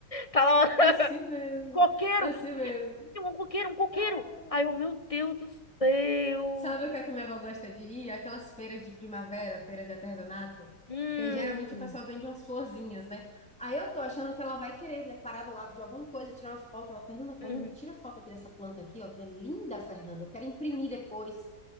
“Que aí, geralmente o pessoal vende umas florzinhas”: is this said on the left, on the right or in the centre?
Centre